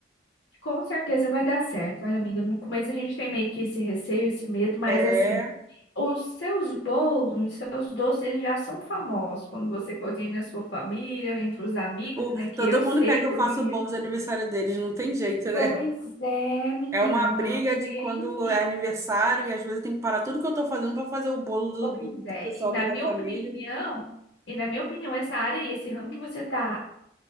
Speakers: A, on the left; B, on the right.
A: Com certeza vai dar certo. Olha, amiga, no começo a gente tem meio que esse receio, esse medo, mas
B: É,
A: assim, os seus bolos, os seus doces, eles já são famosos quando você cozinha na sua família, entre os amigos,
B: o,
A: né? Que
B: todo
A: eu
B: mundo
A: sei
B: quer que
A: por
B: eu faça
A: mim mesma
B: o bolo de aniversário deles, não tem jeito, né?
A: Pois é, menina,
B: É uma
A: não.
B: briga de
A: E
B: quando
A: aí, enfim,
B: é aniversário e às vezes eu tenho que parar tudo que eu tô fazendo para fazer o bolo do,
A: pois
B: do, do
A: é.
B: pessoal
A: E Na
B: aqui da
A: minha
B: família.
A: opinião, e na minha opinião, essa área e esse ramo que você está